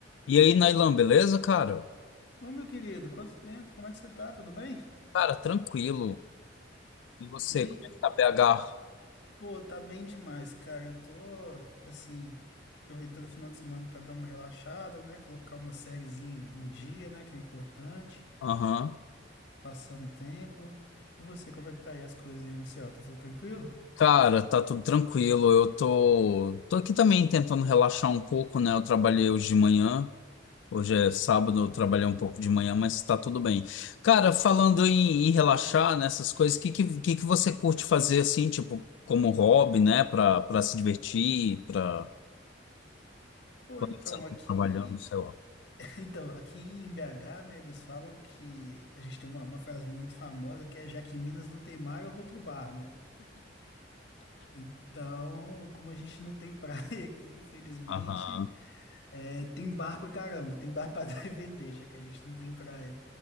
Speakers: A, on the left (about 80°); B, on the left (about 60°).
A: E aí, Nailan, beleza, cara?
B: Ô, meu querido, quanto tempo? Como é que você tá? Tudo bem?
A: Cara, tranquilo. E você,
B: E aí?
A: como é que tá BH?
B: Pô, tá bem demais, cara. Eu tô, assim, aproveitando o final de semana pra dar uma relaxada, né? Colocar uma sériezinha em dia, né? Que é importante.
A: Aham.
B: Passando o tempo. E você, como é que tá aí as coisas aí, Marcelo? Tá tudo tranquilo?
A: Cara, tá tudo tranquilo. Eu tô, tô aqui também tentando relaxar um pouco, né? Eu trabalhei hoje de manhã. Hoje é sábado, eu trabalhei um pouco de manhã, mas tá tudo bem. Cara, falando em, em relaxar nessas coisas, o que, que, que que você curte fazer assim, tipo, como hobby, né? Pra, pra se divertir, pra
B: Pô,
A: quando
B: então,
A: você não tá
B: aqui...
A: trabalhando, sei lá.
B: <laughs> Então, aqui em BH, né? Eles falam que... A gente tem uma, uma frase muito famosa que é Já que em Minas não tem mar, eu vou pro bar, né? Então, como a gente não tem praia <laughs> aqui, infelizmente...
A: Aham,
B: É, tem bar pra caramba, tem bar pra <laughs> dar e vender, já que a gente não tem praia.